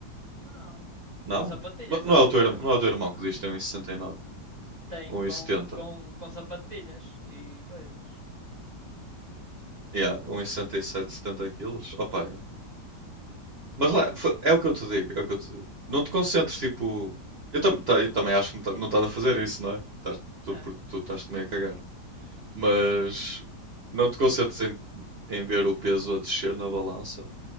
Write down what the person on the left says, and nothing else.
Não.
Com sapatilhas,
só
se
for.
Tem,
com, com, com sapatilhas e coisas.
No
peso?
Sim.
É,